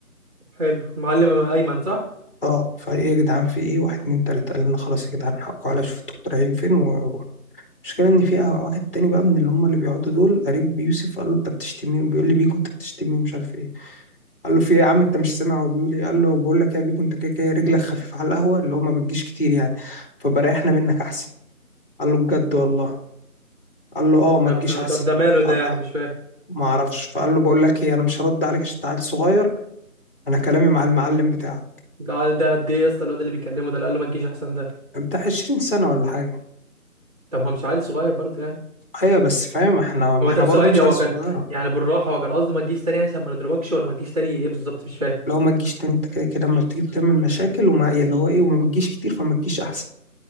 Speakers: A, on the right (about 25°); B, on the left (about 40°).
A: حلو المعلم ايمن صح
B: اه فايه يا جدعان في ايه واحد اتنين تلاتة قال لنا خلاص يا جدعان حقكم عليا شوف انتوا رايحين فين وروح المشكلة إن في قهوة واحد تاني بقى من اللي هم اللي بيقعدوا دول قريب بيوسف قال له أنت بتشتمني وبيقول لي بيكو أنت بتشتمني ومش عارف إيه قال له في ايه يا عم انت مش سامع هو بيقول ايه قال له بقول لك يا بيكو انت كده كده رجلك خفيفه على القهوه اللي هو ما بتجيش كتير يعني فبريحنا منك احسن قال له بجد والله قال له اه ما
A: طب
B: تجيش
A: ده
B: احسن
A: ده ده ماله ده
B: قال-
A: يعني مش فاهم
B: ما اعرفش فقال له بقول لك ايه انا مش هرد عليك عشان انت عيل صغير انا كلامي مع المعلم بتاعك
A: ده ده قد ايه يا اسطى الواد اللي بيكلمه ده اللي قال له ما تجيش احسن ده
B: بتاع 20 سنه ولا حاجه
A: طب ما مش عيل صغير برضه يعني
B: ايوه بس فاهم احنا ما
A: هو
B: احنا
A: طب ثواني
B: برضه مش
A: هو
B: عيال صغيره
A: كان يعني بالراحه هو كان قصده ما تجيش تاني يعني عشان ما نضربكش ولا ما تجيش تاني ايه بالظبط مش فاهم
B: لو ما تجيش تاني انت كده كده لما بتيجي بتعمل مشاكل وما يعني اللي هو ايه وما بتجيش كتير فما تجيش احسن